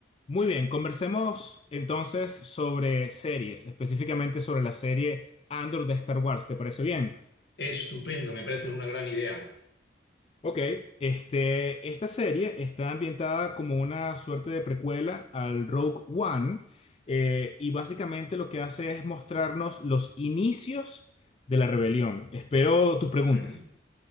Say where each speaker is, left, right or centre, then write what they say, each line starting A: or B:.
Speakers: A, on the left (about 30°); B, on the left (about 70°).
A: Muy bien, conversemos entonces sobre series, específicamente sobre la serie Andor de Star Wars, ¿te parece bien?
B: Estupendo, me parece una gran idea.
A: Ok, Este, esta serie está ambientada como una suerte de precuela al Rogue One eh, y básicamente lo que hace es mostrarnos los inicios de la rebelión. Espero tus preguntas.
B: Ujú.